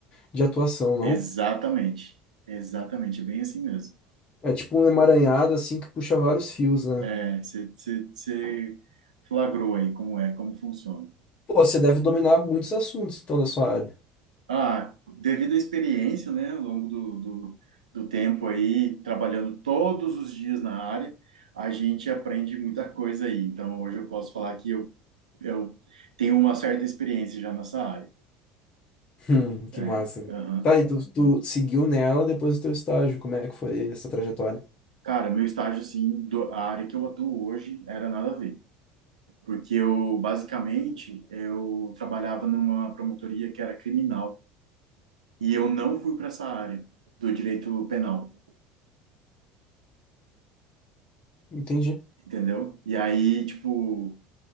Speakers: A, on the left (about 35°); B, on the right (about 75°).
A: de atuação, não?
B: Exatamente, exatamente, é bem assim mesmo.
A: É tipo um emaranhado, assim, que puxa vários fios, né?
B: É, você flagrou aí como é, como funciona.
A: Pô, você deve dominar muitos assuntos, então, da sua área.
B: Ah, devido à experiência, né, ao longo do, do, do tempo aí, trabalhando todos os dias na área, a gente aprende muita coisa aí. Então, hoje eu posso falar que eu, eu tenho uma certa experiência já nessa área.
A: Hum, que
B: É,
A: massa. cara.
B: aham.
A: Tá, e tu, tu seguiu nela depois do teu estágio, como é que foi essa trajetória?
B: Cara, meu estágio, assim, do, a área que eu atuo hoje era nada a ver. Porque eu, basicamente, eu trabalhava numa promotoria que era criminal. E eu não fui para essa área do direito penal,
A: Entendi.
B: entendeu? E aí, tipo